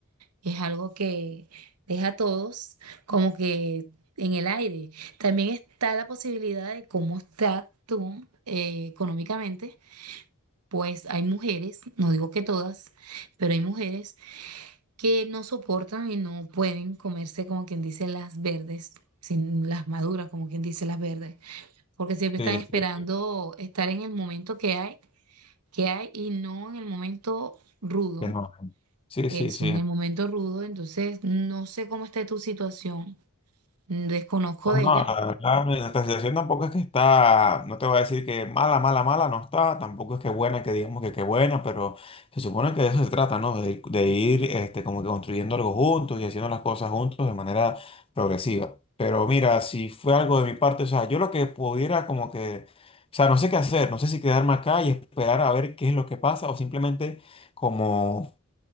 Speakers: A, on the right (about 90°); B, on the left (about 25°).
A: es algo que deja a todos como que en el aire. También está la posibilidad de cómo está tú eh, económicamente. Pues hay mujeres, no digo que todas, pero hay mujeres que no soportan y no pueden comerse, como quien dice, las verdes, sin las maduras, como quien dice, las verdes, porque siempre
B: Sí,
A: están esperando
B: sí, sí.
A: estar en el momento que hay, que hay y no en el momento rudo.
B: Que no. Sí,
A: Eso,
B: sí, sí.
A: en el momento rudo, entonces no sé cómo está tu situación, desconozco
B: No,
A: de
B: no,
A: ella.
B: la verdad, mi- nuestra situación tampoco es que está, no te voy a decir que mala, mala, mala no está, tampoco es que buena, que digamos que qué buena, pero se supone que de eso se trata, ¿no? De, ir- de ir este, como que construyendo algo juntos y haciendo las cosas juntos de manera progresiva. Pero mira, si fue algo de mi parte, o sea, yo lo que pudiera como que, o sea, no sé qué hacer, no sé si quedarme acá y esperar a ver qué es lo que pasa o simplemente como...